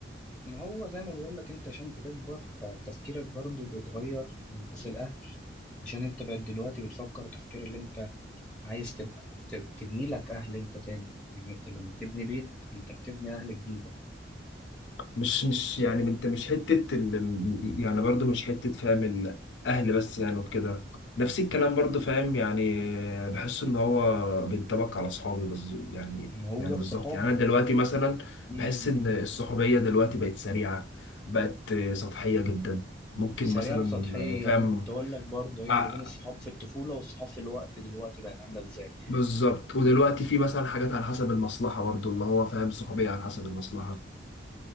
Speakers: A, in the centre; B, on the left (about 75°).
A: ما هو زي ما بقول لك انت عشان بتكبر فتفكيرك برضو بيتغير من حيث الاهل عشان انت بقى دلوقتي بتفكر تفكير اللي انت عايز تبقى ت- تبني لك اهل انت تاني يعني انت لما تبني بيت انت بتبني اهل جديده
B: مش مش يعني انت مش حتة ال... يعني برضو مش حتة فاهم الأهل بس يعني وكده نفس الكلام برضو فاهم يعني بحس إن هو بينطبق على أصحابي بز... يعني
A: ما هو
B: يعني
A: الصحاب
B: بالظبط يعني أنا دلوقتي مثلا
A: مم،
B: بحس إن الصحوبية دلوقتي بقت سريعة بقت سطحية جدا ممكن
A: سريعه
B: مثلا
A: وسطحيه
B: فاهم
A: عشان كنت اقول لك برضو هي
B: آه،
A: ما بين الصحاب في الطفوله والصحاب في الوقت دلوقتي بقت عامله ازاي
B: بالظبط ودلوقتي في مثلا حاجات على حسب المصلحة برضو اللي هو فاهم صحوبية على حسب المصلحة